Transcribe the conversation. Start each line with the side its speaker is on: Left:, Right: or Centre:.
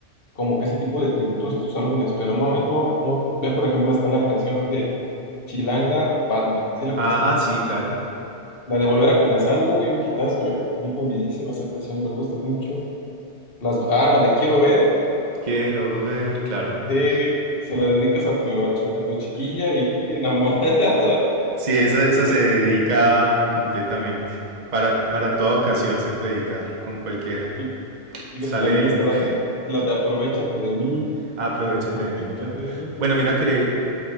Left: como que ese tipo de tributos en sus álbumes, pero no, ¿eh? No, no. Ve, por ejemplo, está la canción de Chilanga Banda. ¿Sí la conoces?
Right: Ajá, sí, claro.
Left: La de Volver a Comenzar, uy, un hitazo, ¿eh? Bien bombidísima esa canción, me gusta mucho. Las, ah, la de Quiero Ver,
Right: Quiero ver, claro.
Left: eh, se la dedicas a tu, a, chi- a tu chiquilla y uy, enamorada.
Right: Sí, esa, esa
Left: <laughs>
Right: se dedica completamente. Para, para toda ocasión se puede dedicar, con cualquiera.
Left: Fí- Fíjate,
Right: Sale
Left: también
Right: bien.
Left: está la de, la de Aprovechate de mí.
Right: Aprovechate
Left: Aprovechate
Right: de mí, claro.
Left: de mí.
Right: Bueno, mira que